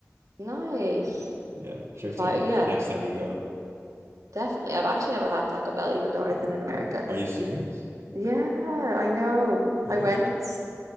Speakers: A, on the right; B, on the right.
A: Nice.
B: Yeah. Trick
A: If
B: tip
A: I
B: n-
A: yeah.
B: next time you go.
A: Definitely. I've actually never had Taco Bell, even though I've been in America.
B: Are you serious?
A: Yeah, I know.
B: <laughs>
A: I
B: What?
A: went.